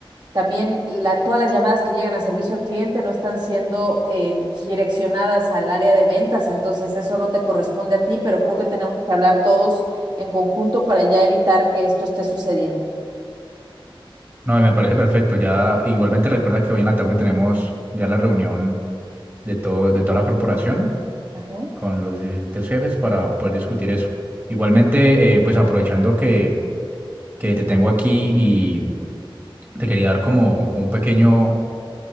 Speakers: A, on the right; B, on the right.
A: también la- todas las llamadas que llegan a servicio al cliente no están siendo eh, direccionadas al área de ventas, entonces eso no te corresponde a ti, pero creo que tenemos que hablar todos en conjunto para ya evitar que esto esté sucediendo.
B: No, me parece perfecto. Ya igualmente recuerda que hoy en la tarde tenemos ya la reunión de todo, de toda la corporación
A: Ajá,
B: con los diferentes jefes para poder discutir eso. Igualmente, eh, pues aprovechando que, que te tengo aquí y te quería dar como un pequeño,